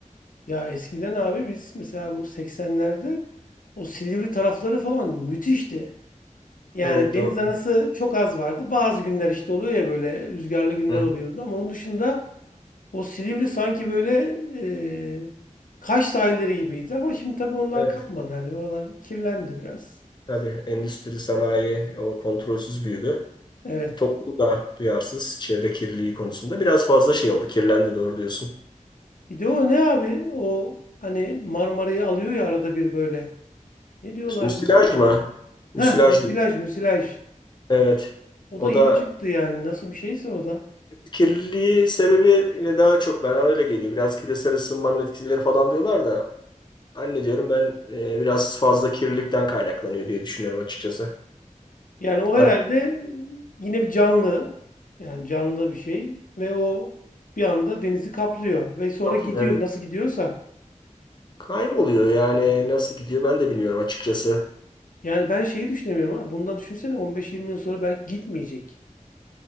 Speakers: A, on the left; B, on the left.
A: Ya eskiden abi biz mesela bu 80'lerde o Silivri tarafları falan müthişti. Yani
B: Evet
A: deniz
B: doğru.
A: anası çok az vardı. Bazı günler işte oluyor ya böyle rüzgarlı günler
B: Hı hı.
A: oluyordu. Ama onun dışında o Silivri sanki böyle e, Kaş sahilleri gibiydi. Ama şimdi tabii onlar
B: Evet
A: kalmadı. Yani oralar kirlendi biraz.
B: tabii endüstri sanayi o kontrolsüz büyüdü.
A: Evet.
B: E, toplum da duyarsız çevre kirliliği konusunda biraz fazla şey oldu. Kirlendi doğru diyorsun.
A: Bir de o ne abi? O hani Marmara'yı alıyor ya arada bir böyle. Ne diyorlar
B: Müsilaj
A: böyle?
B: mı? Müsilaj
A: Heh, müsilaj
B: değil.
A: müsilaj.
B: Evet.
A: O
B: O
A: da yeni
B: da
A: çıktı yani. Nasıl bir şeyse o da.
B: kirliliği sebebiyle daha çok bana öyle geliyor. Biraz küresel ısınmanın etkileri falan diyorlar da anne diyorum ben e, biraz fazla kirlilikten kaynaklanıyor diye düşünüyorum açıkçası.
A: Yani o
B: Arı
A: herhalde yine bir canlı. Yani canlı bir şey. Ve o bir anda denizi kaplıyor. Ve sonra
B: kaplıyor,
A: gidiyor.
B: evet.
A: Nasıl gidiyorsa.
B: Kayboluyor yani nasıl gidiyor ben de bilmiyorum açıkçası.
A: Yani ben şeyi düşünemiyorum. Abi. Bundan düşünsene 15-20 yıl sonra belki gitmeyecek.